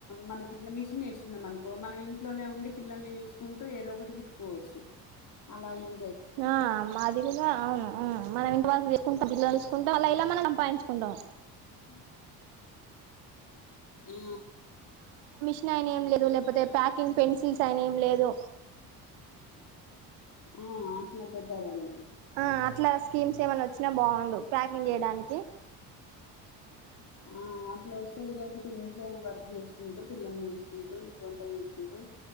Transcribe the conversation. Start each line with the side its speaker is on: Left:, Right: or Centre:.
Left: మనకిట్లా మిషన్ నేర్చుకున్నాం మనుకో మనం ఇంట్లోనే ఉండి పిల్లల్ని చూస్కుంటూ ఏదో ఒకటి కుట్టుకోవచ్చు. అలా యు
Right: ఆ మాది గుడా అవును మనం ఇంటి <unintelligible> <inaudible> అలా ఇలా మనం సంపాదింకుంటాం
Left: హ ఉ
Right: ఇంగా ఆయన ఏం లేవలే లేదా ప్యాకింగ్ పెన్సిల్స్ అయినా ఏం లేదు
Left: ఉ అట్లా బెట్టారండి
Right: ఆ అట్లా స్కీమ్స్ ఏమైన్నా వచ్చినా బాగుండు ప్యాకింగ్ చేయడానికి
Left: ఆ అట్లా వస్తే ఇదో ఒకటి ఇంట్లోనే వర్క్ చేసుకుంటూ పిల్లల్ని చూసుకుంటూ వంట చేసుకుంటూ